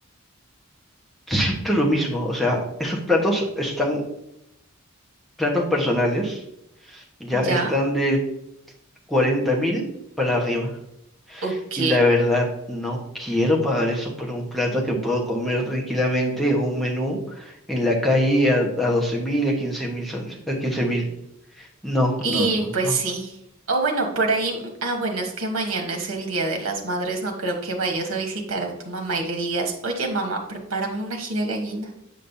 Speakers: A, in the centre; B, on the right (about 75°).
A: siento lo mismo. O sea, esos platos están, platos personales, ya están
B: ya,
A: de cuarenta mil para arriba.
B: ok.
A: Y la verdad, no quiero pagar eso por un plato que puedo comer tranquilamente en un menú en la calle a, a doce mil, a quince mil soles, a quince mil. No,
B: Y
A: no, no,
B: pues
A: no.
B: sí. O bueno, por ahí, ah, bueno, es que mañana es el Día de las Madres, no creo que vayas a visitar a tu mamá y le digas, oye mamá, prepárame una gira de gallina.